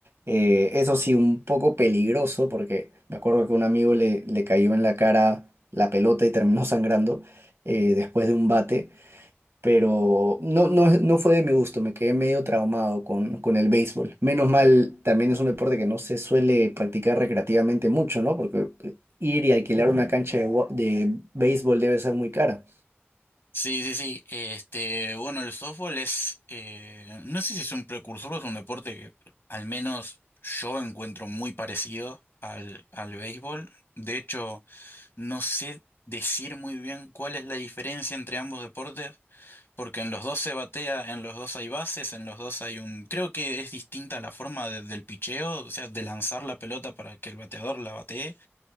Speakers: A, on the right; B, on the left.
A: Eh, eso sí, un poco peligroso porque me acuerdo que un amigo le, le cayó en la cara la pelota y terminó <laughs> sangrando eh, después de un bate, pero no, no, es- no fue de mi gusto, me quedé medio traumado con, con el béisbol. Menos mal, también es un deporte que no se suele practicar recreativamente mucho, ¿no? Porque eh, ir y alquilar una cancha de, wa- de béisbol debe ser muy cara.
B: Sí, sí, sí. Este, bueno, el softball es, eh, no sé si es un precursor o es un deporte que al menos yo encuentro muy parecido al, al béisbol. De hecho, no sé decir muy bien cuál es la diferencia entre ambos deportes, porque en los dos se batea, en los dos hay bases, en los dos hay un... Creo que es distinta la forma de- del picheo, o sea, de lanzar la pelota para que el bateador la batee,